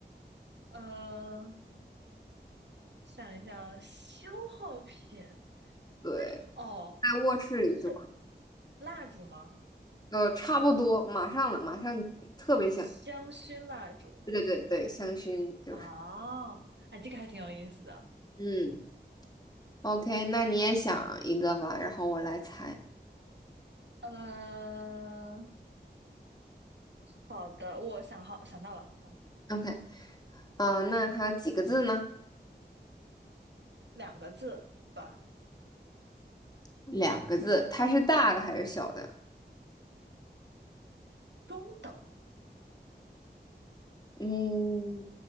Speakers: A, on the right; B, on the left.
A: 呃，想一想啊，消耗品，
B: 对，
A: 但是哦，
B: 在卧室里就可。
A: 是蜡烛吗？
B: 呃，差不多，马上了，马上特别想，
A: 香薰蜡烛
B: 对对对对，香薰就是，
A: 啊，哎，这个还挺有意思的。
B: 嗯，OK，那你也想一个吧，然后我来猜
A: 嗯，好的，我想好想到了啊，
B: ，OK，啊，呃那它几个字呢？
A: 两个字。吧。
B: 两个字，它是大的还是小的？
A: 中等，
B: 嗯，